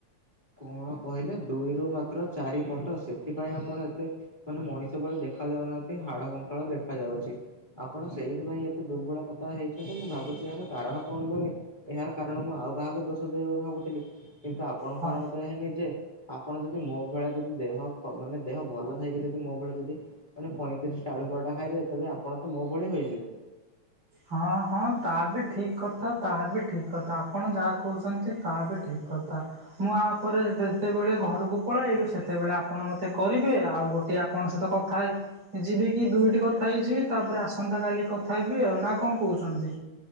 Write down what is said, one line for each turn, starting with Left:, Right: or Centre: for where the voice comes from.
Left: କଣ କହିଲେ ଦୁଇରୁ ମାତ୍ର ଚାରିପଟ, ସେଥିପାଇଁ ଆପଣ ଏତେ ମାନେ ମଣିଷ ଭଳି ଦେଖାଯାଉନାହାନ୍ତି, ହାଡ କଙ୍କାଳ ଦେଖାଯାଉଚି। ଆପଣ ସେଇଥିପାଇଁ ଏତେ ଦୁର୍ବଳ ପତଳା ହେଇଚନ୍ତି, ମୁଁ ଭାବୁଚି ଏହାର କାରଣ କଣ ବୋଲି। ଏହାର କାରଣ ମୁଁ ଆଉ କାହାକୁ ଦୋଷ ଦେବାକୁ ଭାବୁଥିଲି, କିନ୍ତୁ ଆପଣ
Right: ହଁ।
Left: କାରଣ <unintelligible> ନିଜେ, ଆପଣ ଯଦି ମୋ ଭଳିଆ ଯଦି ଦେହ ଖ ମାନେ ଦେହ ଭଲ ଥାଇକି ଯଦି ମୋ ଭଳିଆ ଯଦି ମାନେ ପଇଁତିରିଶଟା ଆଳୁ ପରଟା ଖାଇଦେବେ, ତେବେ ଆପଣ ତ ମୋ ଭଳି ହୋଇଯିବେ।
Right: ହଁ-ହଁ ତା ବି ଠିକ୍ କଥା ତାହା ବି ଠିକ୍ କଥା, ଆପଣ ଯାହା କହୁଚନ୍ତି ତାହା ବି ଠିକ୍ କଥା। ମୁଁ ଆ ପରେ ଯେତେବେଳେ ଘରକୁ ପଳାଇବି, ସେତେବେଳେ ଆପଣ ମତେ କରିବେ ଆଉ ଗୋଟେ ଆ କଣ ସହିତ କଥା ହେଇଯିବି କି ଦୁଇଟି କଥା ହେଇଯିବି, ତାପରେ ଆସନ୍ତାକଲି କଥା ହେବି ଆଉ ନା କଣ କହୁଚନ୍ତି?